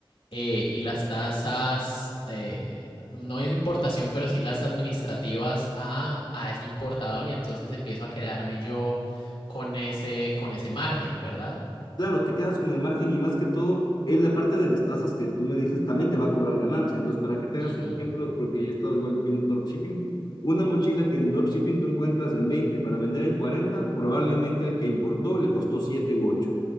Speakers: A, on the left; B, on the left.
A: eh, y las tasas, eh, no es de importación, pero sí las administrativas a, a ese importador y entonces empiezo a quedarme yo con ese, con ese margen, ¿verdad?
B: Claro, te quedas con el margen y más que todo, es la parte de las tasas que tú me dices, también te va a cobrar ganancia. Entonces, para que te hagas
A: Ujú,
B: un ejemplo, porque he estado igual viendo dropshipping, una mochila que en dropshipping tú encuentras en 20 para vender en 40, probablemente al que importó le costó 7 u 8.